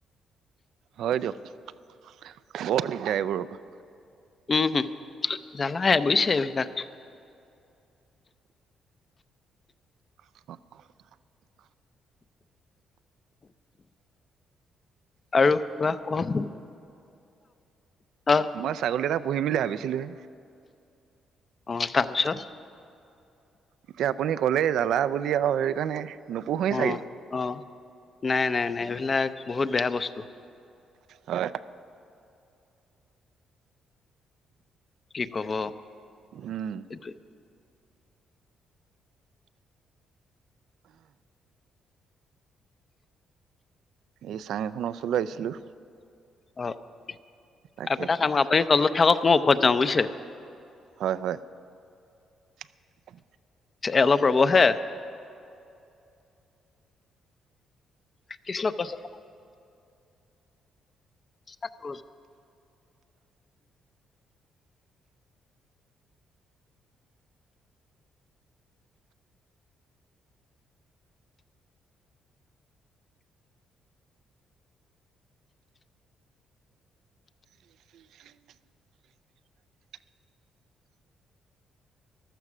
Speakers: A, on the right (about 75°); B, on the left (about 35°).
A: হয় দিয়ক বৰ দিগদাৰ এইবোৰৰ পৰা
B: উম জালাহে বুজিছে এইবিলাক
A: <inaudible>
B: আৰু কোৱা অ', অ'
A: মই ছাগলী এটা পুহিম বুলি ভাবিছিলোহে
B: অ', তাৰপিছত?
A: এতিয়া আপুনি ক'লেই জালা বুলি আৰু সেইৰিকাৰণে নোপোহো
B: অ
A: ছাগে।
B: অ', নাই নাই নাই এইবিলাক বহুত বেয়া বস্তু
A: হয়।
B: কি কব
A: উম
B: সেইটোৱে
A: এই চাং এখনৰ ওচৰলৈ আহিছিলো
B: অ আৰুপটা
A: তাকে
B: কাম আপুনি তলত থাকক মই ওপৰত যাওঁ বুজিছে?
A: হয় হয় ও
B: অলপ ৰ'ব হে কৃষ্ণ পচন্দ এক ৰজ
A: খ ৰ